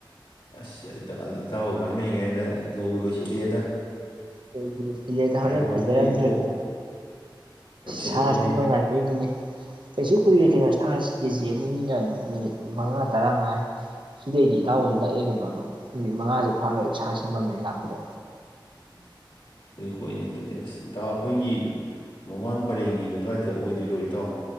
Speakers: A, on the left; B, on the right.
A: ꯑꯁ ꯏꯇꯥꯎ ꯉꯥꯡꯅꯩꯉꯥꯏ ꯗ ꯂꯣꯏꯕꯨ ꯂꯣꯏꯁꯤꯑꯦꯗ
B: ꯂꯣꯏꯕꯨ ꯂꯣꯏꯁꯤꯟꯂꯛ ꯑꯦ ꯗ ꯍꯣꯔꯦꯟ
A: ꯋꯥꯠꯁꯤꯜꯂꯛꯑꯦꯀꯣ
B: ꯐꯖꯔꯝ꯭ꯗꯔꯥꯗꯤ
A: ꯌꯧꯁꯤꯜꯂꯛꯑꯣꯅꯦ
B: ꯁꯥꯁꯦꯝꯕ ꯉꯥꯏꯗꯣꯏꯅꯤꯅꯦ ꯀꯩꯁꯨ ꯀꯨꯏꯔꯣꯏ ꯀꯩꯅꯣ ꯁꯥ ꯀꯦ ꯖꯤ ꯑꯅꯤꯅꯤꯅ ꯑꯗꯨꯝ ꯃꯤꯅꯤꯠ ꯃꯉꯥ ꯇꯔꯥꯉꯥꯏ ꯁꯤꯗꯩꯗꯤ ꯏꯇꯥꯎꯍꯣꯏ ꯅꯛꯑꯦ ꯀꯩꯅꯣ ꯑꯗꯨꯝ ꯃꯤꯅꯤꯠ ꯃꯉꯥꯁꯨ ꯐꯥꯔꯣꯏ ꯁꯥꯁꯦꯝꯕꯝꯗꯩ ꯂꯥꯛꯄꯗ
A: ꯎꯝ ꯑꯩ ꯍꯣꯏꯅꯦ ꯑꯗꯨꯗꯤ ꯑꯁ ꯏꯇꯥꯎ ꯈꯣꯏꯒꯤ ꯃꯃꯥꯡ ꯄꯔꯦꯡꯒꯤ ꯑꯗꯨꯋꯥꯏꯗ ꯑꯣꯏꯗꯣꯏꯔꯣ ꯏꯇꯥꯎ